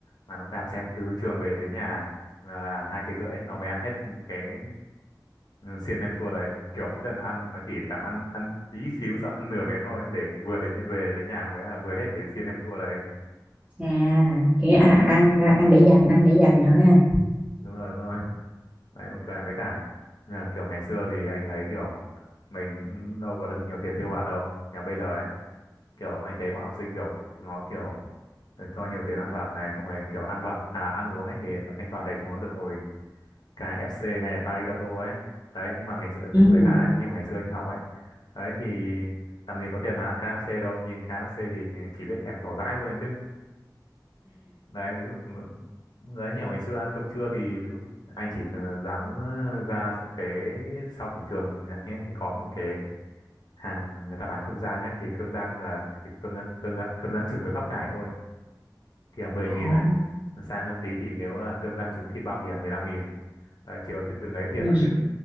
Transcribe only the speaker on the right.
à kiểu à, ăn à, ăn để dành ăn để dành nữa ha
Ừ.
Ồ.
ừ.